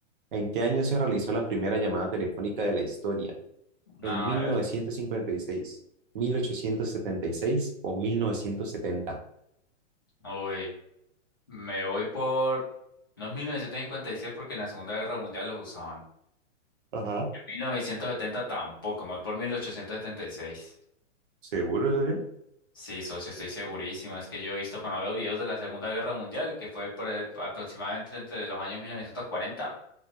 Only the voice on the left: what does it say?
no,
a ver.
Uy, me voy por... No es 1956 porque en la Segunda Guerra Mundial los usaban.
En 1970 tampoco, me voy por 1876,
Sí, socio, estoy segurísimo. Es que yo he visto cuando veo videos de la Segunda Guerra Mundial, que fue por el- aproximadamente entre los años 1940,